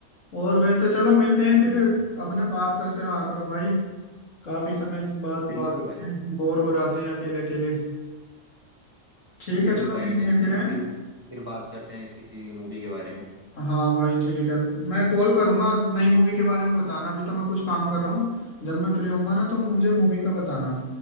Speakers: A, on the left; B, on the right.
A: और वैसे चलो मिलते हैं
B: हम्म।
A: फिर अपने बात करते रहा करो भाई काफी समय से बाद
B: बिल्कुल
A: बात
B: भाई
A: बोर हो जाते हैं अकेले अकेले ठीक
B: बिल्कुल
A: है चलो
B: भाई
A: मिलते
B: नेक्स्ट
A: हैं फिर
B: टाइम
A: हैं
B: फिर फिर बात करते हैं इस किसी मूवी के बारे में
A: हाँ भाई ठीक है मैं कॉल करूंगा नई मूवी के बारे में बताना अभी तो मैं कुछ काम कर रहा हूँ जब मैं फ्री होऊंगा ना तो मुझे मूवी का बताना